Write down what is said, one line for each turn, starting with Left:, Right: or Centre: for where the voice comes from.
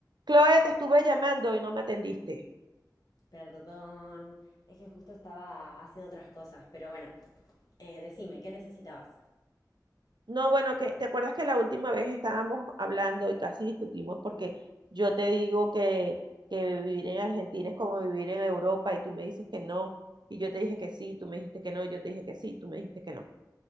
Right: Chloe, te estuve llamando y no me atendiste.
Left: Perdón, es que justo estaba haciendo otras cosas, pero bueno, eh, decime, ¿qué necesitabas?
Right: No, bueno, que te acuerdas que la última vez estábamos hablando y casi discutimos porque yo te digo que, que vivir en Argentina es como vivir en Europa y tú me dices que no, y yo te dije que sí, tú me dijiste que no, y yo te dije que sí, tú me dijiste que no.